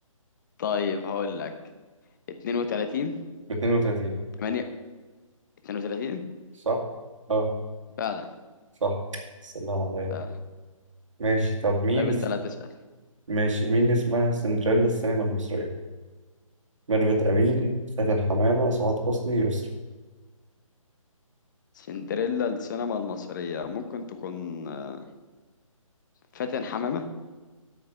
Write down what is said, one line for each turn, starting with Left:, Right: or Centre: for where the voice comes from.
Left: طيب هقول لك 32
Right: ب 32
Left: 8 32
Right: صح اه
Left: فعلا
Right: صح السلام عليكم
Left: فعلا
Right: ماشي طب مين
Left: طيب أنت
Right: اس...
Left: لا تسأل
Right: ماشي مين اسمها سندريلا السينما المصرية ميرفت أمين
Left: س-
Right: فاتن حمامة سعاد حسني يسرا
Left: سندريلا السينما المصرية ممكن تكون آه، فاتن حمامة